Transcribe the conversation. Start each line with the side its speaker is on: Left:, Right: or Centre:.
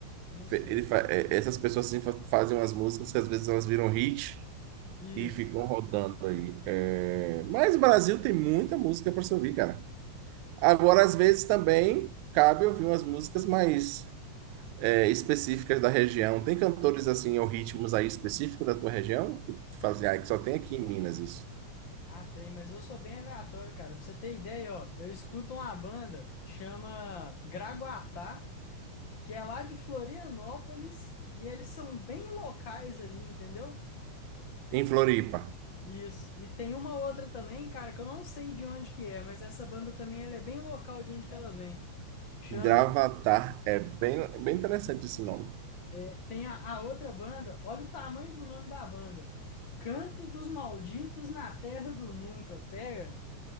Left: Não
Right: Fe-
Left: sei.
Right: Ele fa- é, Essas pessoas assim fa- fazem umas músicas que às vezes elas viram hit.
Left: Isso.
Right: E ficam rodando aí. É, Mas o Brasil tem muita música para se ouvir, cara. Agora, às vezes, também cabe ouvir umas músicas mais é, específicas da região. Tem cantores assim, ou ritmos aí específicos da tua região? Que tu fazia, ah, que só tem aqui em Minas isso.
Left: Ah, tem, mas eu sou bem aleatório, cara. Pra você ter ideia, ó, eu escuto uma banda que chama Gragoatá, que é lá de Florianópolis, e eles são bem locais ali, entendeu?
Right: Em Floripa.
Left: Isso. E tem uma outra também, cara, que eu não sei de onde que é, mas essa banda também ela é bem local de onde que ela vem. Chama,
Right: Gravatar é bem, bem interessante esse nome.
Left: é, tem a, a outra banda, olha o tamanho do nome da banda. Canto dos Malditos na Terra do Nunca, pega.